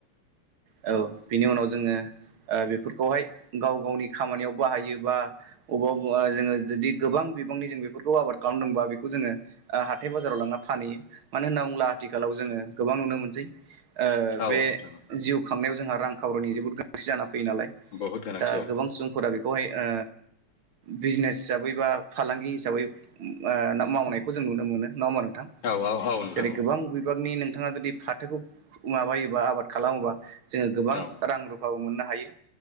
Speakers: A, on the right (about 75°); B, on the left (about 65°).
A: औ बिनि उनाव जोङो ओ बेफोरखौहाय गाव गावनि खामानियाव बाहायो बा अबबा-अबबा जोङो जुदि गोबां बिबांनि जों बेफोरखौ आबाद खालामदोंबा बेखौ जोङो ओ हाथाइ बाजाराव लांना फानहैयो मानो होनना बुंब्ला आथिखालाव जोङो गोबां नुनो मोनसै ओ
B: औ
A: बे
B: औ नोंथां
A: जिउ खांनायाव जोंहा रां खावरिनि जोबोद गोनांथि जानानानै फैयो नालाय
B: बहुद गोनांथि
A: दा
B: औ
A: गोबां सुबुंफोरा बहाय ओ बिजनेस हिसाबै बा फालांगि हिसाबै ओ मावनायखौ जों नुनो मोनो नङा होमबा नों थां
B: औ औ औ नोंथां
A: जेरै गोबां बिबांनि नोंथाङा जुदि फाथोखौ माबायोबा आबाद खालामोबा जोङो गोबां
B: औ
A: रां रुफाबो मोननो हायो